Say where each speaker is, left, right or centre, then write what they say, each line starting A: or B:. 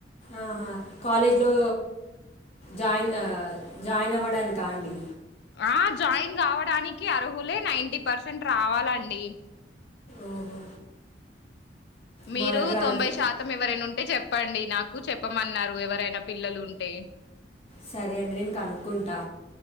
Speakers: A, on the left; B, on the left.
A: ఆహా కాలేజ్లో జాయిన్ ఆ జాయిన్ అవ్వడానికా అండి
B: ఆ జాయిన్ కావడానికి అర్హులే నైన్ంటీ పర్సెంట్ రావాలండి.
A: ఓహో
B: మీరు
A: మా దగ్గర
B: తొంభై
A: అన్-
B: శాతం ఎవరైనా ఉంటే చెప్ చెప్పండి. నాకు చెప్పమన్నారు ఎవరైనా పిల్లలు ఉంటే
A: సరే అండి నేను కనుక్కుంటా